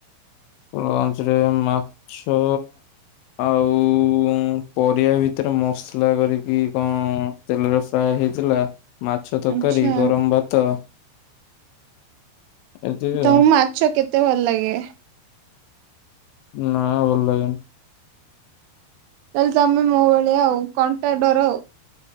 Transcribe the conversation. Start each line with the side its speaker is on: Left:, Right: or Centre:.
Left: ଲଞ୍ଚରେ ମାଛ ଆଉ ପରିବା ଭିତରେ ମସଲା କରିକି କଣ ତେଲରେ ଫ୍ରାଏ ହେଇଥିଲା ମାଛ ତରକାରୀ
Right: ଆଚ୍ଛା
Left: ଗରମ ଭାତ। ଏତିକି
Right: ତମକୁ
Left: ଆଉ
Right: ମାଛ କେତେ ଭଲ ଲାଗେ?
Left: ନାଁ ଭଲ ଲାଗେନି।
Right: ତାହାଲେ ତମେ ମୋ ଭଳିଆ ଆଉ। କଣ୍ଟା ଡର ଆଉ।